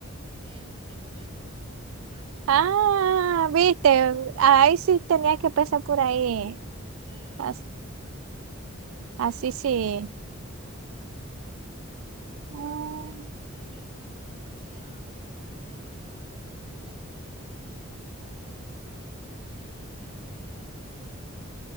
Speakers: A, on the right (about 25°); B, on the right (about 75°).
A: Em- Emma Mayer. Ah, tú tocas,
B: Ah,
A: ya ves.
B: viste, ahí sí tenía que pasar por ahí.
A: Claro,
B: As-
A: pero es buena,
B: Así, sí.
A: es muy buena, de verdad que sí.
B: Ah,
A: Y ya aparece también la, la señora, esa catira que salía con, con la chica de Legalmente Rubia.